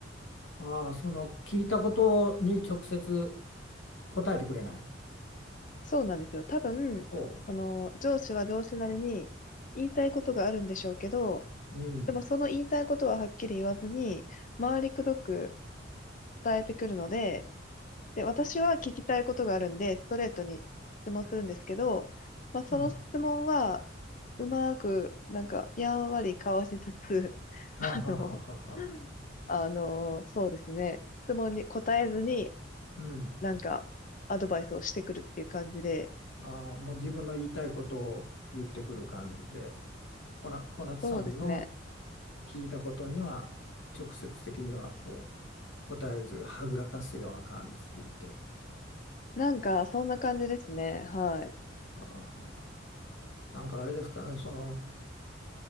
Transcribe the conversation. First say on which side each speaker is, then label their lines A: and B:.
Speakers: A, on the left; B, on the left.
A: ああ、その聞いたことに直接答えてくれない。
B: そうなんですよ。多分、
A: お、う。
B: その、上司は上司なりに言いたいことがあるんでしょうけど、
A: うん。
B: でもその言いたいことははっきり言わずに、回りくどく伝えてくるので、で、私は聞きたいことがあるんで、ストレートに質問するんですけど、まあ、その質問は、
A: うん。
B: うまく、なんか、やんわりかわしつつ、<laughs>
A: はあ、
B: あの、
A: はあはあはあはあ。
B: あの、そうですね、質問に答えずに、
A: うん。
B: なんか、アドバイスをしてくるっていう感じで、
A: ああ、もう自分の言いたいことを言ってくる感じで、こな、小夏さんの
B: そうですね。
A: 聞いたことには直接的にはこう答えずはぐらかすような感じで。
B: なんか、そんな感じですね。はい。
A: はあはあ、なんかあれですかね、その